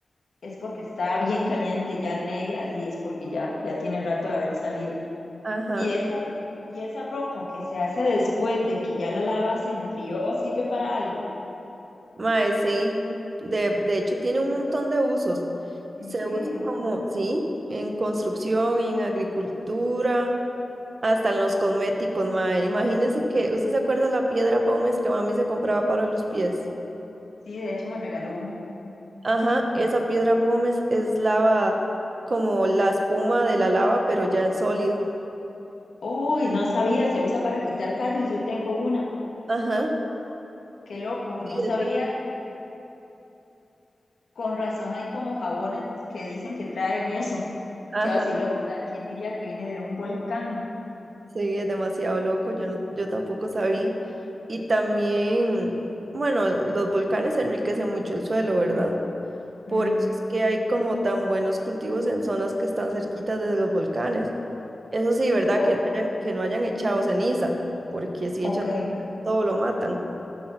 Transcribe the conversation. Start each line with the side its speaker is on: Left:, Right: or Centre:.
Left: es porque está bien caliente, ya negra, y es porque ya, ya tiene rato de haber salido.
Right: Ajá.
Left: Y esa, y esa roca que se hace después de que ya la lava se enfrió, ¿sirve para algo?
Right: Mae, sí. De, de hecho, tiene un montón de usos.
Left: ¿En
Right: Se
Left: serio?
Right: usa como, sí, en construcción, en agricultura, hasta en los cosméticos, mae. Imagínese que, ¿usted se acuerda la piedra pómez que mami se compraba para los pies?
Left: Sí, de hecho me regaló una.
Right: Ajá, esa piedra pómez es lava, como la espuma de la lava, pero ya en sólido.
Left: Uy, no sabía, se usa para quitar callos, yo tengo una.
Right: Ajá.
Left: Qué loco,
Right: Sí,
Left: no sabía.
Right: es de-
Left: Con razón hay como jabones que dicen que traen eso.
Right: Ajá.
Left: Qué vacilón, ¿verdad? ¿Quién diría que viene de un volcán?
Right: Sí, es demasiado loco, yo no, yo tampoco sabía. Y también, bueno, los volcanes enriquecen mucho el suelo, ¿verdad? Por
Left: Mm.
Right: eso es que hay como tan buenos cultivos en zonas que están cerquitas de los volcanes. Eso sí, ¿verdad?
Left: Co-
Right: Que no hayan, que no hayan echado ceniza, porque si
Left: Ok,
Right: echan ceniza,
Left: ok.
Right: todo lo matan.